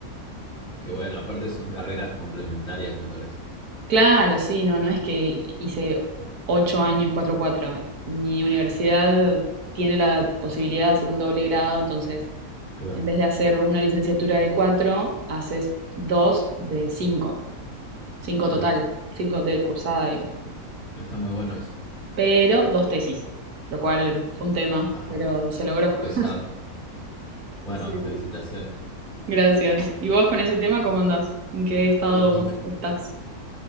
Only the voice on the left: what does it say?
Qué bueno, aparte son carreras complementarias, me parece.
Claro,
claro.
Está muy bueno eso.
Ajá,
pesado.
Bueno,
felicitaciones.
En mi,